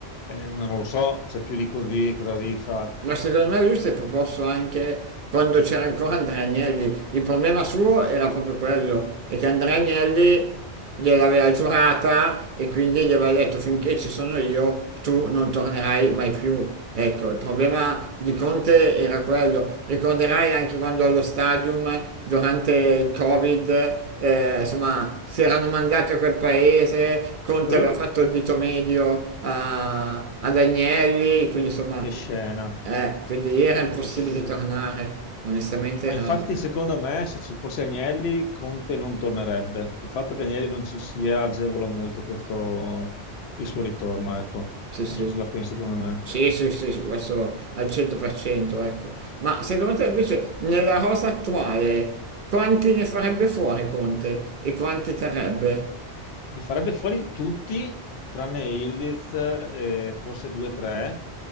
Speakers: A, on the left; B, on the right.
A: eh, non lo so, c'è più di così, cosa devi fare?
B: Ma secondo me lui si è proposto anche quando c'era ancora Andrea Agnelli. Il problema suo era proprio quello, è che Andrea Agnelli gliel'aveva giurata e quindi gli aveva detto finché ci sono io tu non tornerai mai più. Ecco, il problema di Conte era quello. Ricorderai anche quando allo stadium, durante il Covid, eh, insomma, si erano mandati a quel paese, Conte
A: Eh,
B: aveva fatto il dito medio a- ad Agnelli, quindi insomma
A: che scena,
B: eh, quindi lì era impossibile
A: che scena.
B: tornare, onestamente
A: Ma
B: era...
A: infatti,
B: Mm.
A: secondo me, se ci fosse Agnelli, Conte non tornerebbe. Il fatto che Agnelli non ci sia agevola molto questo, il suo ritorno, ecco.
B: Sì, sì,
A: Non so se la pensi come me.
B: sì, sì, sì, sì, questo al 100%, ecco. Ma secondo te invece nella rosa attuale quanti ne farebbe fuori Conte e quanti terrebbe?
A: Li farebbe fuori tutti, tranne Ildiz e forse due o tre,